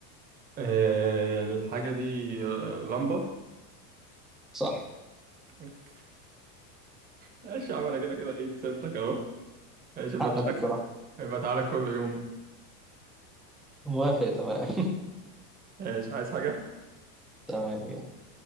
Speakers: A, on the right; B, in the centre.
A: آه الحاجة دي آه لمبة
B: صح
A: أوف. ماشي يا عم انا كده كده ايه كسبتك اهو ماشي يبقى
B: حقك
A: تعالى
B: بصراحه
A: يبقى تعالى كل يوم
B: موافق تمام
A: ماشي عايز حاجة
B: <laughs> تمام يلا